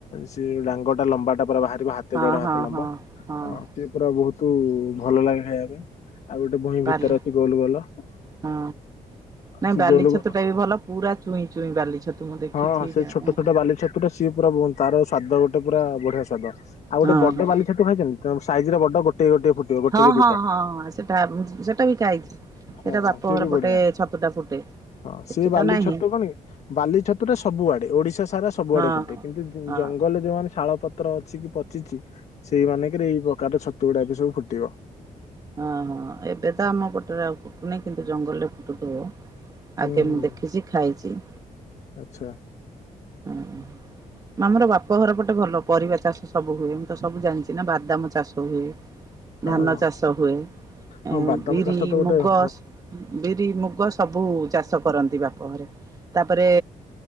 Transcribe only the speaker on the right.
ହଁ
ହଁ
ହଁ ହଁ
ବାଲି
ହଁ ନାଇଁ
ବାଲି
ଛତୁ ଟା ବି ଭଲ ପୁରା ଚୁଇଁ ଚୁଇଁ ବାଲି ଛତୁ ମୁଁ ଦେଖିଛି
ଜାଣେ।
ହଁ
ହଁ
ହଁ
ହଁ ହଁ ସେଟା ସେଟା ବି ଖାଇଛି
ସେଟା ବାପ
ଘର
ପୋଟେ
ଛତୁ ଟା ଫୁଟେ।
ଏଠି
ତ ନାହିଁ
ହଁ
ହଁ।
ହଁ
ହଁ ହଁ ଏବେ ତ ଆମ ପଟରେ ଆଉ ଫୁଟୁନି କିନ୍ତୁ ଜଙ୍ଗଲରେ ଫୁଟୁଥିବ।
ଆଗେ
ମୁଁ ଦେଖିଛି ଖାଇଛି।
ହୁଁ ହଁ ନା ଆମର ବାପ ଘର ପଟେ ଭଲ ପରିବା ଚାଷ ସବୁ ହୁଏ ମୁଁ ତ ସବୁ ଜାଣିଛି ନା ବାଦାମ ଚାଷ ହୁଏ।
ଧାନ ଚାଷ ହୁଏ।
ଏ
ବିରି,
ମୁଗ,
ବିରି ମୁଗ ସବୁ ଚାଷ ଚାଷ କରନ୍ତି ବାପ ଘରେ ତାପରେ